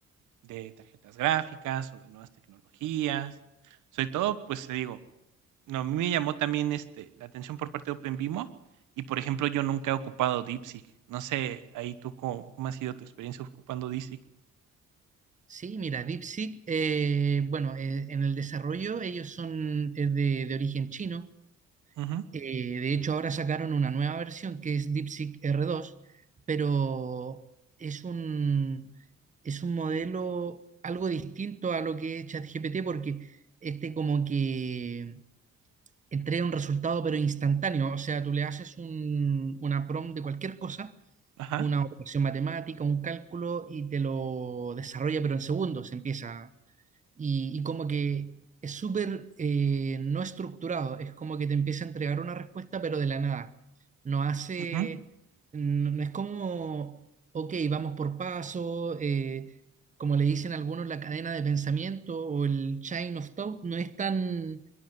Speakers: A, on the right; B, on the right.
A: de tarjetas gráficas o de nuevas tecnologías. Sobre todo, pues te digo, No, a mí me llamó también, este, la atención por parte de OpenVimo y, por ejemplo, yo nunca he ocupado DeepSeek. No sé, ahí tú cómo, cómo ha sido tu experiencia ocupando DeepSeek.
B: Sí, mira, DeepSeek, eh, bueno, eh, en el desarrollo ellos son eh, de, de origen chino.
A: Ujú,
B: Eh, de hecho, ahora sacaron una nueva versión que es DeepSeek R2, pero es un, es un modelo algo distinto a lo que es ChatGPT porque este como que entrega un resultado pero instantáneo. O sea, tú le haces un- una prompt de cualquier cosa,
A: ajá,
B: una operación matemática, un cálculo y te lo desarrolla pero en segundos. Empieza y, y como que es súper eh, no estructurado, es como que te empieza a entregar una respuesta pero de la nada. No hace,
A: ujú,
B: no, no es como, ok, vamos por paso, eh, como le dicen algunos, la cadena de pensamiento o el chain of thought, no es tan,